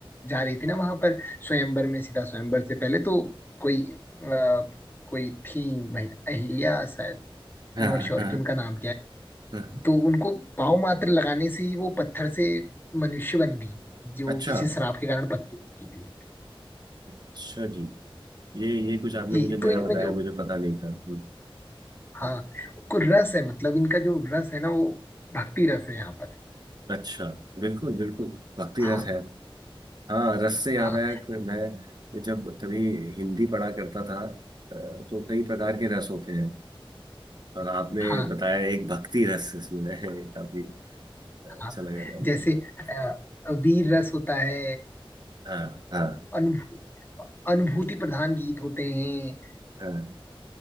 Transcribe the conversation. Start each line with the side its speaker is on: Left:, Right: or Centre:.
Left: जा रही थी ना वहां पर स्वयंवर में सीता स्वयंवर से पहले तो कोई आ, कोई थी महिला अहिल्या शायद
Right: हाँ
Left: नॉट श्योर
Right: हाँ
Left: कि उनका नाम क्या है
Right: हाँ
Left: तो उनको पाँव मात्र लगाने से ही वो पत्थर से मनुष्य बन गई जो
Right: अच्छा
Left: किसी श्राप के कारण पत्थर की थी
Right: अच्छा जी ये ये कुछ आपने
Left: ये
Right: मुझे नया
Left: तो इनमें
Right: बताया
Left: जो
Right: मुझे पता नहीं था हम्म,
Left: हाँ को रस है मतलब इनका जो रस है ना वो भक्ति रस है यहाँ पर
Right: अच्छा बिल्कुल बिल्कुल भक्ति
Left: हाँ
Right: रस है हाँ रस से याद
Left: हाँ
Right: आया कि मैं जब कभी हिंदी पढ़ा करता था अ, तो कई प्रकार के रस होते हैं और आपने
Left: हाँ
Right: बताया एक भक्ति रस इसमें है काफी अच्छा
Left: हाँ
Right: लगा जान
Left: जैसे
Right: के
Left: अ, वीर रस होता है
Right: हाँ हाँ
Left: अनुभू, अनुभूति प्रधान गीत होते हैं
Right: हाँ